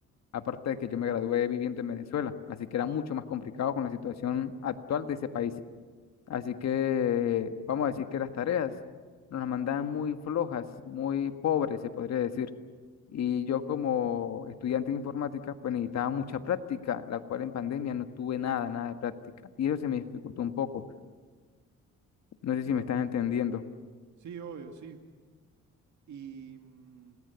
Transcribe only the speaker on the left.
Aparte de que yo me gradué viviendo en Venezuela, así que era mucho más complicado con la situación actual de ese país. Así que vamos a decir que las tareas nos las mandaban muy flojas, muy pobres, se podría decir. Y yo como estudiante de informática, pues necesitaba mucha práctica, la cual en pandemia no tuve nada, nada de práctica. Y eso se me dificultó un poco. No sé si
me estás entendiendo.